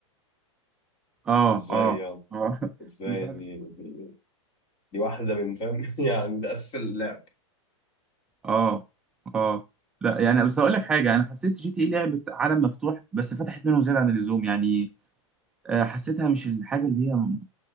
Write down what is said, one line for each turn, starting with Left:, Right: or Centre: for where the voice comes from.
Centre: اه
Left: ازاي
Centre: اه
Left: يعني
Centre: اه <laughs>
Left: ازاي
Centre: مش عارف
Left: دي دي, دي واحده من فاهم <laughs> يعني ده اساس اللعب
Centre: اه اه لا يعني بس اقول لك حاجه انا حسيت جي تي اي لعبه عالم مفتوح بس فتحت منهم زياده عن اللزوم يعني آه، حسيتها مش الحاجه اللي هي م-